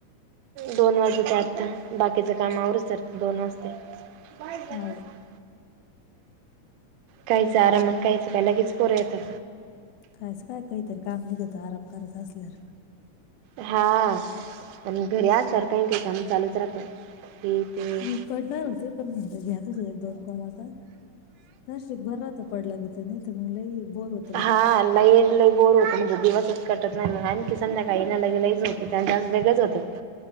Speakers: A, on the right; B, on the left.
A: दोन वाजत ते आता. बाकीचं काम आवरुतसर दोन वाजते. बाहेरन जाता.
B: हो
A: काहीच आराम आण काहीचं कायत्या लगेच पोरं येतात.
B: कायचं काय काहीतरी काम निघत आराम करायचं असल्यावर.
A: हा आणि घरी आसल्यावर सारखं काही काम चालूच राहत्यात हे ते.
B: मी पडणार होते पण म्हंटल घ्यातच एक -दोन कॉल होतात. दर्शिक भर राहत पडला तिथं नाही तर मगलं बोर होत.
A: हा लई लय बोर होत म्हणजे दिवसच कटत नाही म आणखी संध्याकाळी ना लगे लईच झोप येत्या, वेगळंच होतं.